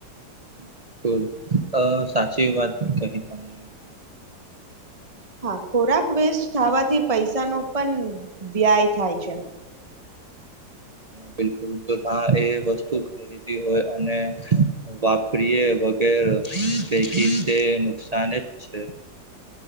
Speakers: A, on the right (about 65°); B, on the right (about 20°).
A: બિલકુલ, અ સાચી વાત. કહી, તમને.
B: હા, ખોરાક વેસ્ટ થવાથી પૈસાનો પણ વ્યાય થાય છે.
A: બિલકુલ. હા, એ વસ્તુ ખરીદી હોય અને વાપરીએ વગેરે પૈકી, તે નુકસાાન જ છે.